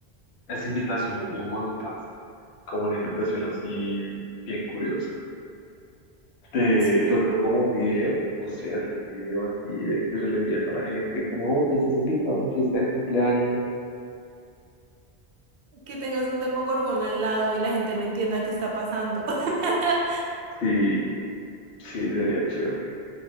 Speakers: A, on the left (about 75°); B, on the right (about 65°).
A: las invitaciones bien bonitas, como la invitación así bien curiosa. Te
B: Sí, sí.
A: trató como un video, no sé, hacer un video así eh, que se le envía a toda la gente, como, oye, estás invitado a mi fiesta de cumpleaños.
B: Que tengas un demogorgón al lado y la gente no entienda qué está pasando. <laughs>
A: Sí, sí, sería chévere.